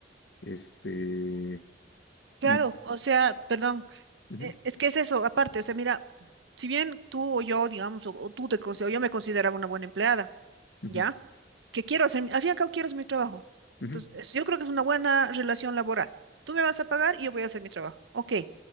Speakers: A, on the left (about 70°); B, on the right (about 85°).
A: Este,
B: Claro,
A: y...
B: o sea, perdón,
A: Ujú,
B: e- es que es eso, aparte, o sea, mira, si bien tú o yo, digamos, o, o tú te considero, yo me consideraba una buena empleada,
A: ujú,
B: ¿ya? Que quiero hacer, mi- al fin y al cabo quiero hacer mi trabajo.
A: ujú,
B: Entonces, es- yo creo que es una buena relación laboral. Tú me vas a pagar y yo voy a hacer mi trabajo, ok.